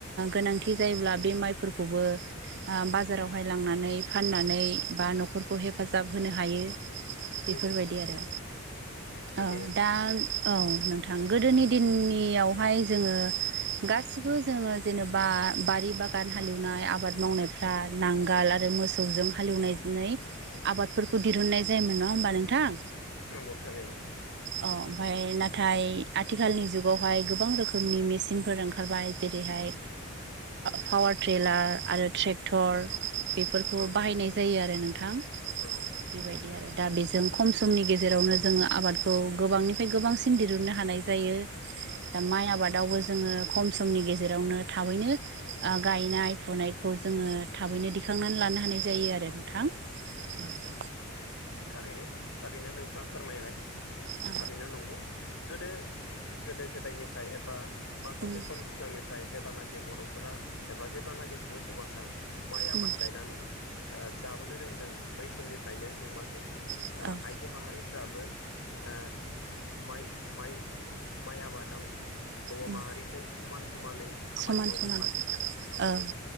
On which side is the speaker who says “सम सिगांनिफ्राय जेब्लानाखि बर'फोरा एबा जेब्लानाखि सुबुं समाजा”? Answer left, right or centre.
Left